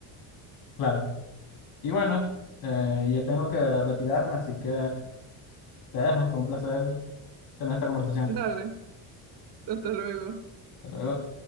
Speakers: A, on the left (about 50°); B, on the right (about 60°).
A: claro. Y bueno, eh, yo tengo que retirarme, así que te dejo. Fue un placer tener esta conversación.
B: Dale, hasta luego.
A: Hasta luego.